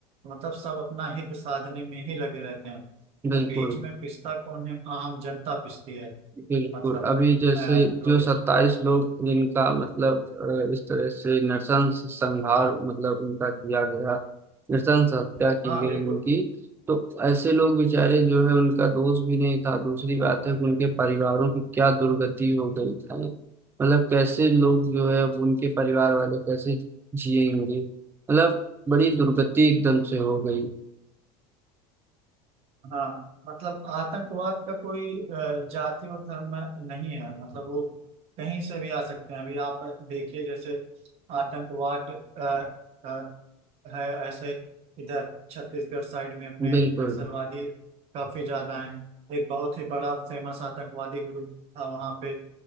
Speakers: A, on the right (about 50°); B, on the right (about 15°).
A: मतलब सब अपना हित साधने में ही लगे रहते हैं
B: बिल्कुल
A: और बीच में पिसता कौन है आम जनता पिसती है
B: बिल्कुल
A: मतलब
B: अभी जैसे
A: अ, लोगों
B: जो सत्ताईस लोग
A: को।
B: जिनका मतलब अ, इस तरह से नृशंस संहार मतलब उनका किया गया नृशंस हत्या की
A: हाँ
B: गई
A: बिल्कुल
B: उनकी तो ऐसे लोग बेचारे जो है उनका दोष भी नहीं था दूसरी बात है कि उनके परिवारों की क्या दुर्गति हो गई है मतलब कैसे लोग जो है अब उनके परिवार वाले कैसे जिएंगे मतलब बड़ी दुर्गति एकदम से हो गई
A: हाँ मतलब आतंकवाद का कोई अ, जाति और धर्म नहीं है मतलब वो कहीं से भी आ सकते हैं अभी आप देखिए जैसे आतंकवाद अ, अ, है ऐसे इधर छत्तीसगढ़ साइड में अपने
B: बिल्कुल
A: नक्सलवादी काफी ज्यादा हैं एक बहुत ही बड़ा फेमस आतंकवादी ग्रुप था वहाँ पे